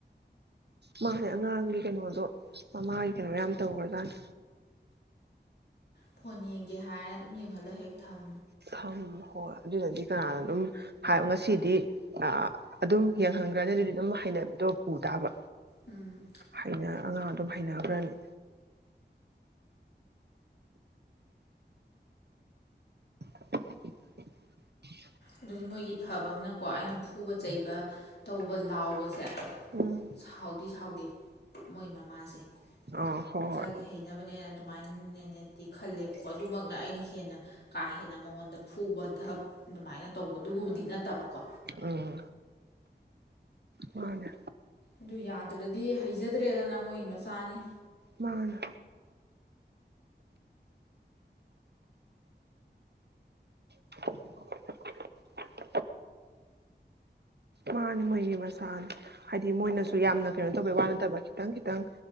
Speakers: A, on the right (about 65°); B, on the left (about 65°).
A: ꯃꯥꯅꯦ ꯑꯉꯥꯡꯒꯤ ꯀꯩꯅꯣꯗꯣ ꯃꯃꯥꯒꯤ ꯀꯩꯅꯣ ꯌꯥꯝ ꯇꯧꯈ꯭ꯔꯖꯥꯅꯦ
B: ꯐꯣꯟ ꯌꯦꯡꯒꯦ ꯍꯥꯏꯔ ꯁꯨꯝ ꯌꯦꯡꯍꯜꯂꯒ ꯍꯦꯛ ꯊꯝ
A: ꯊꯝꯃꯣ ꯍꯣꯏ ꯑꯗꯨꯅꯗꯤ ꯀꯅꯥꯅꯣ ꯑꯗꯨꯝ ꯍꯥꯏ ꯉꯁꯤꯗꯤ ꯑꯗꯨꯝ ꯌꯦꯡꯍꯟꯈ꯭ꯔꯅꯤ ꯑꯗꯨꯗꯤ ꯑꯗꯨꯝ ꯍꯩꯅꯕꯤꯗꯣ ꯄꯨ ꯇꯥꯕ
B: ꯎꯝ
A: ꯍꯩꯅ ꯑꯉꯥꯡ ꯑꯗꯨꯝ ꯍꯩꯅꯒꯔꯥꯅꯤ <inaudible>
B: ꯑꯗꯨꯗꯤ ꯃꯣꯏꯒꯤ ꯐꯕ ꯑꯃꯅꯀꯣ ꯑꯩꯅ ꯐꯨꯕ ꯆꯩꯕ ꯇꯧꯕ ꯂꯥꯎꯕꯁꯦ
A: ꯎꯝ
B: ꯁꯥꯎꯗꯤ ꯁꯥꯎꯗꯦ ꯃꯣꯏ ꯃꯃꯥꯁꯦ
A: ꯑꯥ ꯍꯣꯏ
B: ꯃꯆꯥꯒꯤ
A: ꯍꯣꯏ
B: ꯍꯩꯅꯕꯅꯦꯅ ꯑꯗꯨꯃꯥꯏꯅꯅꯦꯅꯦꯗꯤ ꯈꯜꯂꯦꯕ ꯑꯗꯨꯃꯛꯅ ꯑꯩꯅ ꯍꯦꯟꯅ ꯀꯥ ꯍꯦꯟꯅ ꯃꯉꯣꯟꯗ ꯐꯨꯕ ꯙꯕ ꯑꯗꯨꯃꯥꯏꯅ ꯇꯧꯕꯗꯨꯒꯨꯝꯕꯗꯤ ꯅꯠꯇꯕꯀꯣ
A: ꯎꯝ ꯃꯥꯅꯦ
B: ꯑꯗꯨ ꯌꯥꯗ꯭ꯔꯗꯤ ꯍꯩꯖꯗ꯭ꯔꯦꯗꯅ ꯃꯣꯏꯒꯤ ꯃꯆꯥꯅꯤ
A: ꯃꯥꯅꯤ <inaudible> ꯃꯥꯅꯦ ꯃꯣꯏꯒꯤ ꯃꯁꯥꯅꯤ ꯍꯥꯏꯗꯤ ꯃꯣꯏꯅꯁꯨ ꯌꯥꯝꯅ ꯀꯩꯅꯣ ꯇꯧꯕ ꯋꯥ ꯅꯠꯇꯕ ꯈꯤꯇꯪ ꯈꯤꯇꯪ